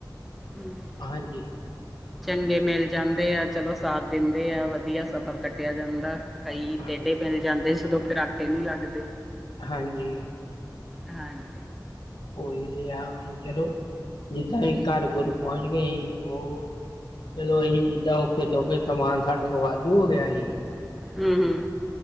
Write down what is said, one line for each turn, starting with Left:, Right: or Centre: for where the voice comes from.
Centre: ਹਮ,
Left: ਹਾਂਜੀ।
Centre: ਚੰਗੇ ਮਿਲ ਜਾਂਦੇ ਆ, ਚਲੋ ਸਾਥ ਦਿੰਦੇ ਆ, ਵਧੀਆ ਸਫ਼ਰ ਕੱਟਿਆ ਜਾਂਦਾ। ਕਈ
Left: ਹਾਂਜੀ,
Centre: ਟੇਡੇ ਮਿਲ ਜਾਂਦੇ ਸਗੋਂ ਫੇਰ ਆਖੇ ਨਹੀਂ ਲੱਗਦੇ।
Left: ਹਾਂਜੀ।
Centre: ਹਾਂਜੀ।
Left: ਉਹੀ ਆ ਹੁਣ ਚਲੋ ਜਿੱਦਾਂ ਵੀ ਘਰ ਘੁਰ ਪਹੁੰਚ ਗਏ ਸੀ ਉਹ ਚਲੋ ਅਸੀ ਜਿੱਦਾਂ ਔਖੇ ਸੋਖੇ ਸਮਾਨ ਸਾਡੇ ਕੋਲ ਵਾਧੂ ਹੋ ਗਿਆ ਸੀ।
Centre: ਹੂੰ ਹੂੰ।